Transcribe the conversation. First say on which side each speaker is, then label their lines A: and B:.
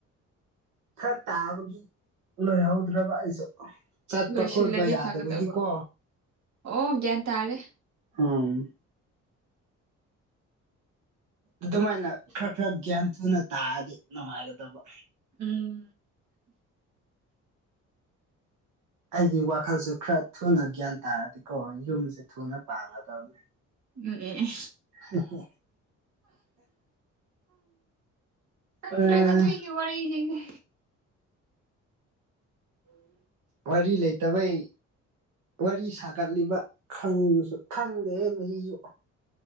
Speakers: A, on the right (about 80°); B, on the right (about 65°).
A: ꯐꯔꯛ ꯇꯥꯕꯒꯤ ꯂꯣꯏꯍꯧꯗ꯭ꯔꯕ ꯑꯩꯁꯨ ꯆꯠꯄ
B: ꯂꯣꯏꯁꯤꯜꯂꯗꯤ
A: ꯈꯣꯠꯄ ꯌꯥꯗꯕꯒꯤꯀꯣ
B: ꯐꯒꯗꯕ ꯑꯣ ꯒ꯭ꯌꯥꯟ ꯇꯥꯔꯦ
A: ꯑꯝ ꯑꯗꯨꯃꯥꯏꯅ ꯈꯔ ꯈꯔ ꯒ꯭ꯌꯥꯟ ꯊꯨꯅ ꯇꯥꯔꯗꯤ ꯅꯨꯡꯉꯥꯏꯒꯗꯕ
B: ꯎꯝ
A: ꯑꯩꯒꯤ ꯋꯥꯈꯜꯁꯨ ꯈꯔ ꯊꯨꯅ ꯒ꯭ꯌꯥꯟ ꯇꯥꯔꯗꯤꯀꯣ ꯌꯨꯝꯁꯦ ꯊꯨꯅ ꯄꯥꯟꯒꯗꯕꯅꯦ
B: ꯏꯪ <unintelligible> ꯑꯦ ꯑꯦ
A: ꯍ ꯍ <unintelligible>
B: ꯈꯪꯗ꯭ꯔꯦꯗ
A: ꯑꯥ
B: ꯅꯣꯏꯒꯤ ꯋꯥꯔꯤꯁꯤꯗꯤ ꯎꯝ <inaudible>
A: ꯋꯥꯔꯤ ꯂꯩꯇꯕꯩ ꯋꯥꯔꯤ ꯁꯥꯒꯠꯂꯤꯕ ꯈꯪꯉꯁꯨ ꯈꯪꯗꯦꯍꯦ ꯃꯁꯤꯁꯨ